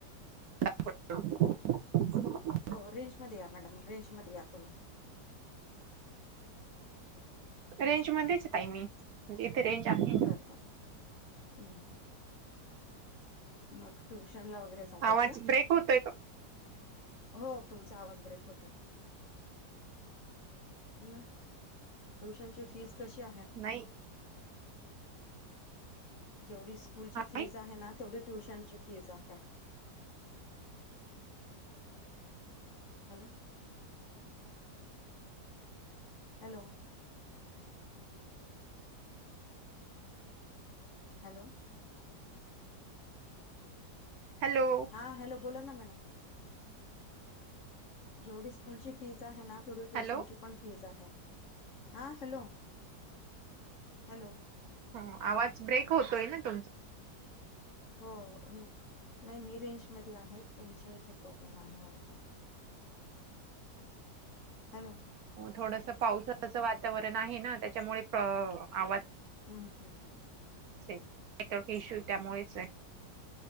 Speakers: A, on the right; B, on the left.
A: <inaudible>
B: हो रेंज मध्ये या मॅडम. रेंज मध्ये या तुम्ही.
A: रेंज मध्येच ताई मी म्हणजे इथे रेंज आहे
B: बर बर हम्म. मंग ट्युशन ला वगैरे जातात
A: आवाज
B: का?
A: ब्रेक होतोय का
B: हो तुमचा आवाज ब्रेक होतोय. मंग ट्युशन ची फीज कशी आहे?
A: नाही.
B: जेवढी स्कूल ची फीज
A: नाही.
B: आहे ना, तेवढी ट्युशनची फीज आहे. हॅलो. हॅलो. हॅलो.
A: हॅलो.
B: हां हॅलो! बोला ना मॅडम. जेवढी स्कूलची फिज आहे ना. तेवढी ट्युशनची
A: हॅलो
B: पण फीज आहे. हा हॅलो! हॅलो.
A: हो. आवाज ब्रेक होतोयं ना तुमचा.
B: हो नाही मी रेंजमध्ये आहे. तुमच्या इथे प्रॉब्लेम आहे वाटतं. हॅलो.
A: थोडसं पावसाचं वातावरण आहे ना. त्याच्यामुळे प आवाज
B: हम्म हम्म.
A: नेटवर्क इश्यू त्यामुळेचे.